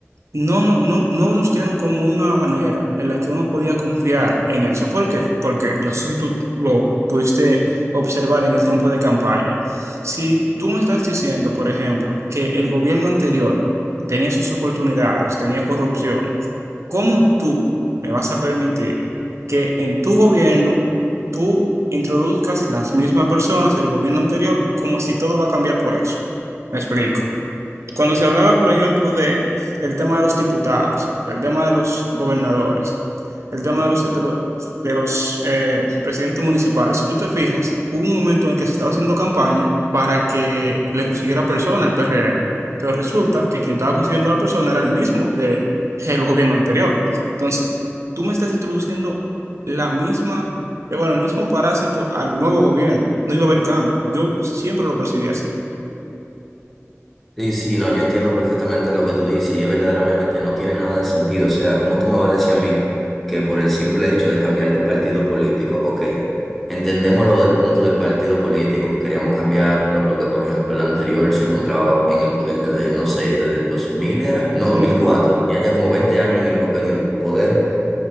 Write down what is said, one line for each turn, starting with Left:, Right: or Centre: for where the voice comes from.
Right: no, no, no, no nos dieron como una manera en la que uno podía confiar en eso. ¿Por qué? Porque no sé si tú lo pudiste observar en el tiempo de campaña. Si tú me estás diciendo, por ejemplo, que el gobierno anterior tenía sus oportunidades, tenía corrupción, ¿cómo tú me vas a permitir que en tu gobierno tú introduzcas las mismas personas del gobierno anterior como si todo va a cambiar por eso? Me explico. Cuando se hablaba, por ejemplo, de el tema de los diputados, el tema de los gobernadores, el tema de los, de los, de los, eh, presidentes municipales, si tú te fijas, hubo un momento en el que se estaba haciendo campaña para que le consiguiera persona al PRM, pero resulta que quien estaba consiguiendo la persona era el mismo del gobierno anterior. Entonces, tú me estás introduciendo la misma, eh, bueno, el mismo parásito al nuevo gobierno. No iba a haber cambio. Yo siempre lo percibí así.
Centre: Sí, sí, no, yo entiendo perfectamente lo que tú dices y es verdaderamente no tiene nada de sentido. O sea, ¿cómo tú me vas a decir a mí que por el simple hecho de cambiar de partido político, ok, entendemos lo del punto del partido político, que queríamos cambiarlo porque, por ejemplo, el anterior se encontraba en el poder desde, no sé, desde el 2000 era, no, 2004,
Right: Mm, mm,
Centre: tenía ya como 20 años en el, go- en el poder